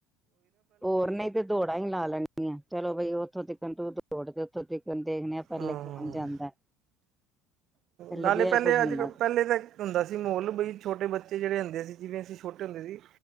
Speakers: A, in the centre; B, on the right (about 50°).
A: ਹੋਰ ਨਹੀਂ ਤੇ ਦੌੜਾ ਹੀ ਲਾ ਲੈਣ ਆ ਚਲੋ ਬਈ ਉੱਥੋਂ ਤਖਣ ਤੂੰ ਦੌੜ ਤੇ ਉੱਥੋਂ ਤ ' <unintelligible> ' ਪਹਿਲੇ
B: ਹਾਂ
A: ਕੌਣ ਜਾਂਦਾ।
B: ਨਾਲੇ
A: ਤੇ
B: ਪਹਿਲੇ
A: ਇਹ ਕੁਛ ਹੁੰਦਾ
B: ਅੱਜ-ਕੱਲ੍ਹ
A: ਸੀ।
B: ਪਹਿਲੇ ਤਾਂ ਹੁੰਦਾ ਸੀ। ਮਾਹੌਲ ਬਈ ਛੋਟੇ ਬੱਚੇ ਜਿਹੜੇ ਹੁੰਦੇ ਸੀ। ਜਿਵੇਂ ਅਸੀਂ ਛੋਟੇ ਹੁੰਦੇ ਸੀ।